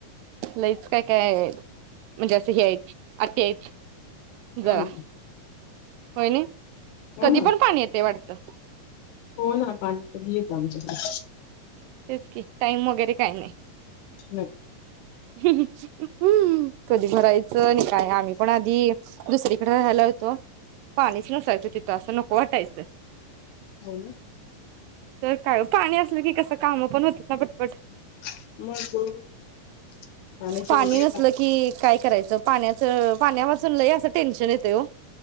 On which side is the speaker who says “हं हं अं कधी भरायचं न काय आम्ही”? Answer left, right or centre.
Right